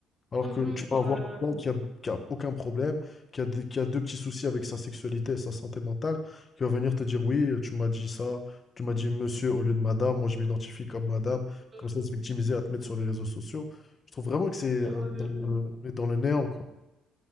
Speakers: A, on the left; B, on the right.
A: Alors
B: Mhm.
A: que tu peux
B: Genre,
A: avoir quelqu'un qui a, qui a aucun problème, qui a, des- qui a deux petits soucis avec sa sexualité et sa santé mentale, qui va venir te dire, oui, tu m'as dit ça, tu m'as dit monsieur au lieu de madame, moi je m'identifie comme madame,
B: euh,
A: comme ça se victimiser à te mettre sur les réseaux sociaux. Je trouve vraiment que c'est,
B: hmm. ouais,
A: on est dans le, on est dans le néant, quoi.